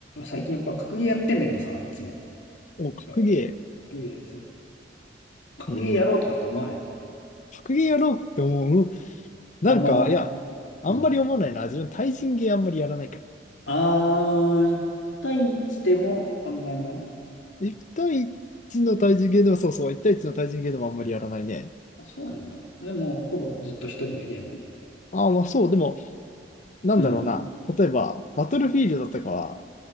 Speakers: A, on the left; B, on the left.
A: 最近やっぱ格ゲーやってんだけどさ、いつも。
B: お、
A: なんか、
B: 格ゲ
A: 格ゲー、そう。格ゲーやろうとかって思わない
B: ー。うんうん。格ゲーやろうって思う。うんなんか、
A: あんま思わない。
B: いや、あんまり思わないな。
A: うん。
B: 自分、対人ゲーあんまりやらないから。
A: あー、1対1でもあんまやんない。
B: 一対一の対人ゲーでも、そうそう、一対一の対人ゲーでもあんまりやらないね。
A: あ、そうなんだ。でも、ほぼずっと一人でゲーム。
B: ああ、まあそう、でも、なんだろうな。
A: うん。
B: 例えば、バトルフィールドとかは、